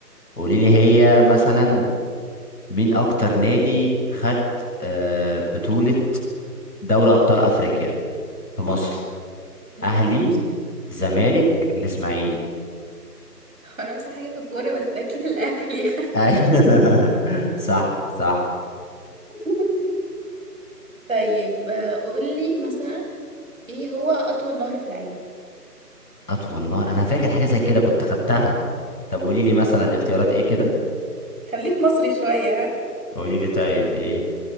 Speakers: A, on the left; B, on the right.
A: قولي لي هي مثلا مين اكتر نادي خد آه، بطولة دوري ابطال افريقيا في مصر
B: إيه
A: اهلي
B: ده أنا معرفش حاجة
A: زمالك الاسماعيلي
B: <laughs> معرفش حاجة في الكورة بس أكيد الأهلي يعني
A: ايوه <laughs> صح صح
B: <laughs> طيب آه، قولي مثلا إيه هو أطول نهر في العالم؟
A: اطول نهر انا فاكر حاجة زي كده كنت خدتها طب قولي لي مثلا اختيارات ايه كده
B: خليك مصري شوية ها
A: قولي لي طيب ايه